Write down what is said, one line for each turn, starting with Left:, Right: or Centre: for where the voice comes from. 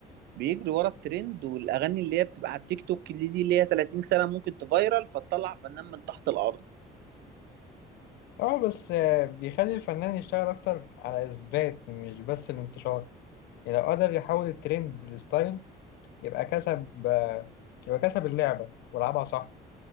Right: بيجري ورا الترند والاغاني اللي هي بتبقى على التيك توك اللي دي اللي هي 30 سنه ممكن تفايرل فتطلع فنان من تحت الارض
Left: اه بس آه، بيخلي الفنان يشتغل أكتر على إثبات مش بس الانتشار يعني لو قدر يحول الترند لستايل يبقى كسب آه، يبقى كسب اللعبة ولعبها صح